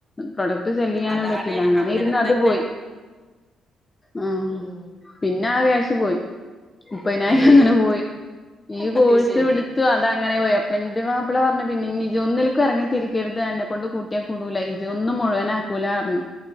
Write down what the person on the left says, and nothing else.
പ്രൊഡക്ട് സെല്ലെയ്യാനും
പറ്റീല്ല അങ്ങനെ ഇര്ന്ന് അത്
പോയി. ആ
പിന്നെ ആ കാശ് പോയി. മുപ്പയ്നായിരം
അങ്ങനെ പോയി ഈ കോഴ്സെട്ത്ത്
അതങ്ങനെ പോയി അപ്പന്റെ മാപ്പ്ള പിന്നെ ഇനി ജോന്ന്ൽകും എറങ്ങി തിരിക്കര്ത് എന്നെക്കൊണ്ട് കൂട്ടിയാ കൂടൂല ഇജോ ന്നും മുഴുവനാക്കൂലർന്ന്